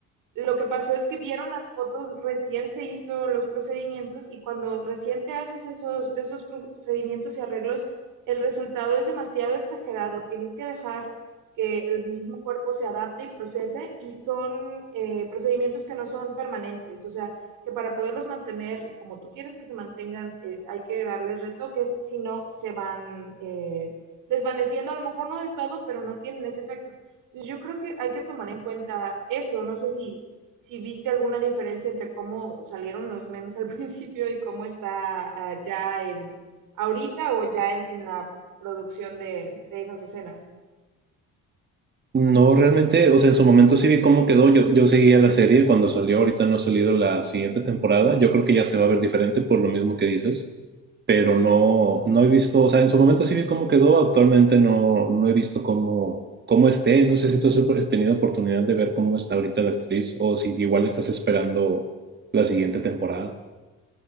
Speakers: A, on the right; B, on the right.
A: Lo que pasó es que vieron las fotos, recién se hizo los procedimientos y cuando recién te haces esos, esos procedimientos y arreglos, el resultado es demasiado exagerado. Tienes que dejar que el mismo cuerpo se adapte y procese y son eh, procedimientos que no son permanentes. O sea, que para poderlos mantener como tú quieres que se mantengan, es, hay que darles retoques, si no se van eh, desvaneciendo, a lo mejor no del todo, pero no tienen ese efecto. Entonces yo creo que hay que tomar en cuenta eso. No sé si si viste alguna diferencia entre cómo salieron los memes al <laughs> principio y cómo está ah, ya en ahorita o ya en, en la producción de, de esas escenas.
B: No, realmente, o sea, en su momento sí vi cómo quedó. Yo, yo seguía la serie cuando salió, ahorita no ha salido la siguiente temporada. Yo creo que ya se va a ver diferente por lo mismo que dices. pero no, no he visto, o sea, en su momento sí vi cómo quedó, actualmente no, no he visto cómo, cómo esté, no sé si tú has tenido oportunidad de ver cómo está ahorita la actriz o si igual estás esperando la siguiente temporada.